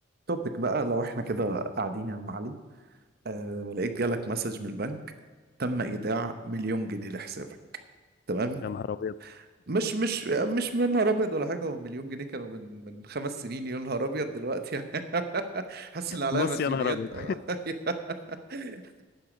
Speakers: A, on the right; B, on the left.
A: توبيك بقى لو احنا كده قاعدين يا عم علي آه لقيت جالك مسج من البنك تم ايداع مليون جنيه لحسابك تمام
B: يا نهار ابيض
A: مش مش مش من نهار ابيض ولا حاجه هو مليون جنيه كانوا من من خمس سنين يا نهار ابيض دلوقتي يعني <laughs> حاسس ان عليا
B: نص
A: مديونيات
B: يا نهار ابيض
A: آه. <laughs>